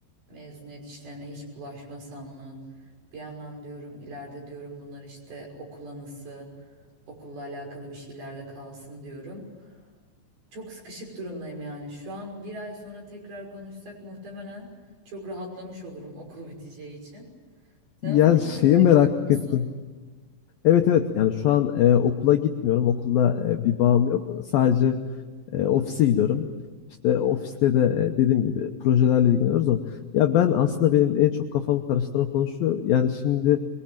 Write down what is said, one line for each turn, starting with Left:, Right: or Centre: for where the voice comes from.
Right: mezuniyet işlerine hiç bulaşmasam mı? Bir yandan diyorum ileride diyorum bunlar işte okul anısı, okulla alakalı bir şeyler de kalsın diyorum. Çok sıkışık durumdayım yani. Şu an bir ay sonra tekrar konuşsak muhtemelen çok rahatlamış olurum okul biteceği için. Sen
Left: Yani
Right: o zaman hiç
Left: şeyi
Right: okula
Left: merak
Right: gitmiyor musun?
Left: ettim. Evet evet yani şu an e, okula gitmiyorum. Okulda e, bir bağım yok. Sadece E, ofise gidiyorum. İşte ofiste de e, dediğim gibi projelerle ilgileniyoruz ama ya ben aslında benim en çok kafamı karıştıran konu şu. Yani şimdi